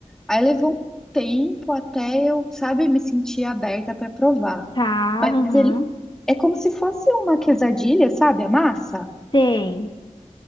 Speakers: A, in the centre; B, on the left.
A: Aí levou um tempo até eu, sabe, me sentir aberta para provar.
B: Tá,
A: Mas
B: aham.
A: ele é como se fosse uma quesadilha, sabe, a massa?
B: Sei.